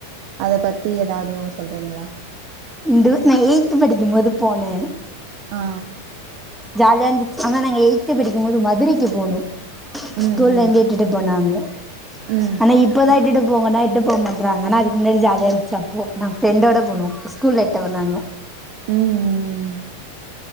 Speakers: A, on the right; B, in the centre.
A: அத பத்தி எதாவது ஒன்னு சொல்றீங்ளா
B: உண்டு நா எயித் படிக்குபோது போனே
A: ஆ
B: ஜாலியா இருந்துச்சு ஆனா நாங்க எயித் படிக்கு போது மதுரைக்கு போனோ
A: ம்
B: ஸ்கூல்ல
A: ம்
B: இருந்து இட்டுட்டு போனாங்க
A: ம்
B: ஆனா இப் இப்போதா இட்டுட்டு போங்கனா இட்டு போ மாட்றாங்க ஆனா அதுக்கு முன்னாடி ஜாலியா இருந்துச்சு அப்போ நா ஃப்ரெண்டோட போனோ ஸ்கூல்ல பதுனாங்கோ
A: ம் ம்